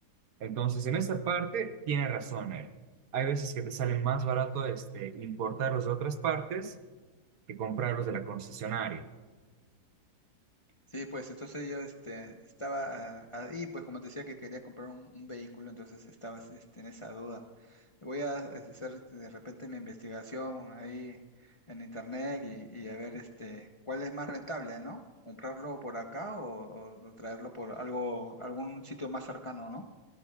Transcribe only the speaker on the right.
Entonces, en esa parte, tiene razón él. Hay veces que te sale más barato este, importarlos de otras partes que comprarlos de la concesionaria.